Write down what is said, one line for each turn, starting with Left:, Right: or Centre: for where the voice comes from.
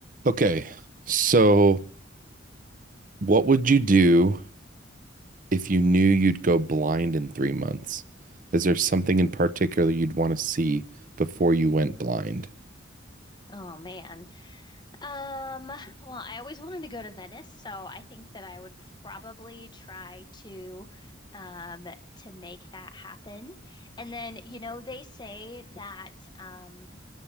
Right: Okay, so what would you do if you knew you'd go blind in three months? Is there something in particular you'd want to see before you went blind?
Left: Oh man. Um, well, I always wanted to go to Venice, so I think that I would probably try to um to make that happen. And then, you know, they say that um